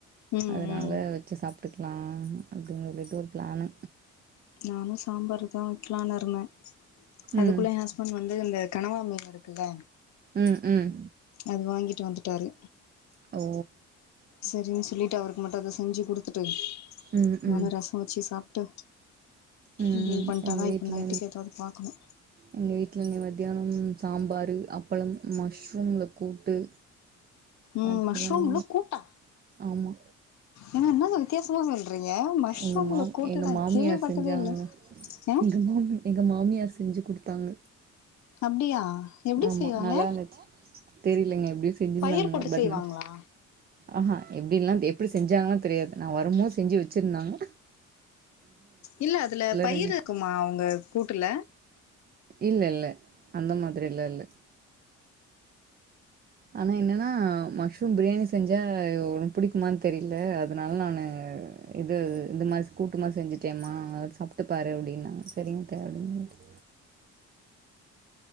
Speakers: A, on the left; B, on the right.
A: ம்
B: அதனால
A: ம்
B: வெச்சு சாப்ட்டுக்லா அப்டின் சொல்லிட்டு ஒரு பிளானு
A: நானு சாம்பார்தா வெக்கலான் இருந்த அதுக்குள்ள
B: ம்.
A: ஏ ஹஸ்பண்ட் வந்து இந்த கனவா மீன் இருக்குல
B: ம், ம்.
A: அது வாங்கிட்டு வந்துட்டாரு
B: ஓ
A: சரின் சொல்லிட்டு அவருக்கு மட்டு அத செஞ்சு குடுத்துட்டு
B: ம்,
A: நானு
B: ம்.
A: ரசொ வச்சு சாப்ட்டு
B: ம்.
A: இனிமேல் பண்ணிட்டாதா
B: எங்க வீட்ல
A: இப்ப நைட்டுக்கு எதாவது பாக்கணு
B: எங்க வீட்ல இங்க மத்தியானம் சாம்பாரு அப்பளம் மஷ்ரூம்ல கூட்டு
A: ம்
B: அப்புறம்
A: மஷ்ரூம்ல கூட்டா
B: ஆமா
A: ஏங்க என்னாங்க வித்தியாசமா சொல்றீங்க மஷ்ரூம்ல
B: எங்க மாம்
A: கூட்டு
B: எங்க
A: நா
B: மாமியார்
A: கேள்விப்பட்டதே
B: செஞ்சாங்க
A: இல்ல அ
B: எங்க மாமி எங்க மாமியார் செஞ்சு குடுத்தாங்க
A: அப்டியா எப்டி
B: ஆமா
A: செய்வாங்க
B: நல்லா இருந்துச்சு தெரியலங்க எப்டியோ செஞ்சிருந்தாங்க
A: பயிர் போட்டு
B: பட்
A: செய்வாங்களா
B: நா ஆ ஹா எப்டில்லா தெ எப்டி செஞ்சாங்கலா தெரியாது நா வரும்போ செஞ்சு வெச்சிருந்தாங்க
A: இல்ல அதுல பயிரு
B: ரஞ்
A: இருக்குமா அவங்க கூட்டுல
B: இல்லல்ல அந்த மாதிரிலா இல்ல ஆனா என்னனா மஷ்ரூம் பிரியாணி செஞ்சா உனக்கு புடிக்குமான் தெரில அதனால நானு இது இந்த மாரி கூட்டுமாரி செஞ்சுட்டேமா சாப்ட்டுப்பாரு அப்டினாங்க சரிங்த்தே அப்டின்னு சொல்ட்டு